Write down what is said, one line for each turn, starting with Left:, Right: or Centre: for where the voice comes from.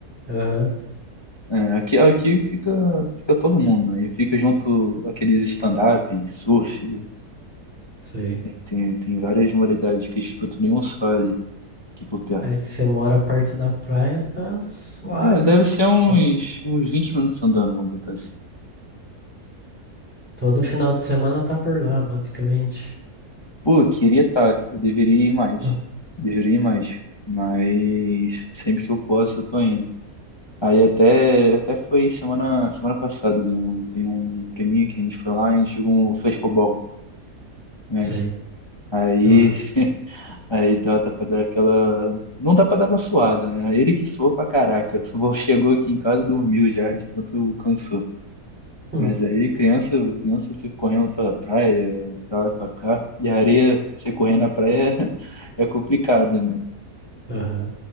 Centre: Aham,
Left: É, aqui aqui fica, fica todo mundo. Aí fica junto aqueles stand-up, surf.
Centre: sei.
Left: Tem, tem, tem várias modalidades que eles ficam tudo em um só ali, aqui por perto.
Centre: Aí se você mora perto da praia, tá suave,
Left: É, deve
Centre: né?
Left: ser
Centre: Só
Left: uns, uns 20 minutos andando, vamos botar assim.
Centre: todo final de semana tá por lá, basicamente.
Left: Pô, eu queria estar, eu deveria ir
Centre: <laughs>
Left: mais.
Centre: Hum,
Left: Deveria ir mais. Mas sempre que eu posso, eu tô indo. Aí até, até foi semana, semana passada, né? Tem um prêmio que a gente foi lá e a gente jogou um frescobol, conhece?
Centre: Sei.
Left: Aí,
Centre: Aham.
Left: aí dá, dá pra dar aquela. Não dá pra dar uma suada, né? Ele que suou pra caraca. Chegou aqui em casa, dormiu já, de tanto cansou.
Centre: Hum,
Left: Mas aí criança, criança fica correndo pela praia, pra lá e pra cá. E a areia, você correr na praia <laughs> é, é complicado, né?
Centre: Aham.